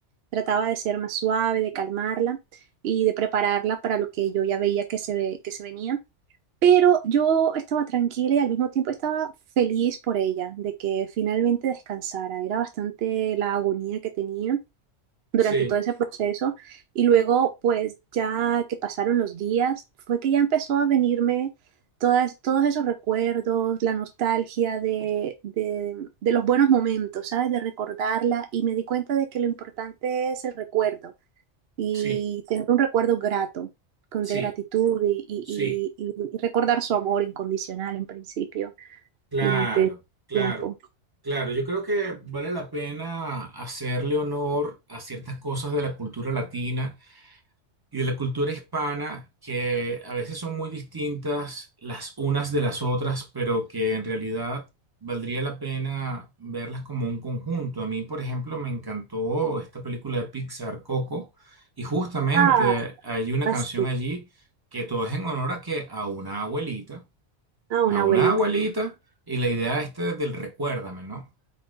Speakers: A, on the right (about 60°); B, on the right (about 20°).
A: Trataba de ser más suave, de calmarla y de prepararla para lo que yo ya veía que se, ve- que se venía. Pero yo estaba tranquila y al mismo tiempo estaba feliz por ella, de que finalmente descansara. Era bastante la agonía que tenía durante
B: Sí,
A: todo ese proceso y luego pues ya que pasaron los días fue que ya empezó a venirme todas, todos esos recuerdos, la nostalgia de, de, de los buenos momentos, ¿sabes? De recordarla y me di cuenta de que lo importante es el recuerdo y
B: sí,
A: tener un recuerdo grato, con
B: sí,
A: de gratitud y, y,
B: sí,
A: y- y recordar su amor incondicional en principio
B: claro,
A: durante
B: claro,
A: tiempo.
B: claro. Yo creo que vale la pena hacerle honor a ciertas cosas de la cultura latina y de la cultura hispana, que a veces son muy distintas las unas de las otras, pero que en realidad valdría la pena verlas como un conjunto. A mí, por ejemplo, me encantó esta película de Pixar, Coco, y justamente
A: Ah,
B: hay una
A: así,
B: canción allí que todo es en honor a que a una abuelita,
A: a una
B: a una
A: abuelita.
B: abuelita, y la idea esta del recuérdame, ¿no?